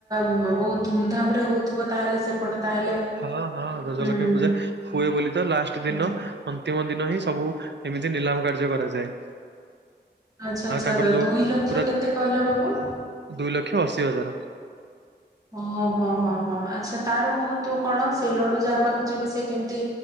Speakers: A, on the right (about 20°); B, on the right (about 70°).
A: ବହୁତ ଧୁମଧାମରେ ହଉଥିବ ତାହେଲେ ସେପଟେ ତାହେଲେ?
B: ହଁ ହଁ ଗଜଲକ୍ଷ୍ମୀ
A: ହୁଁ।
B: ପୂଜା ହୁଏ ବୋଲି ତ ଲାଷ୍ଟ ଦିନ
A: ହୁଁ
B: ଅନ୍ତିମ ଦିନ ହିଁ ସବୁ ଏମିତି ନିଲାମ କାର୍ଯ୍ୟ କରାଯାଏ।
A: ଆଚ୍ଛା
B: ଆଉ
A: ଆଚ୍ଛା
B: ତାଙ୍କର ଯୋଉ
A: ଦୁଇ ଲକ୍ଷ
B: ପୁରା
A: କେତେ କହିଲ ବାବୁ?
B: ଦୁଇ ଲକ୍ଷ ଅଶୀ ହଜାର।
A: ଓ ହୋ ହୋ ହୋ ଆଚ୍ଛା ତାର ମହତ୍ଵ କଣ ସେ ଲଡୁ ଯାହା ପାଖକୁ ଯିବ ସେ କେମିତି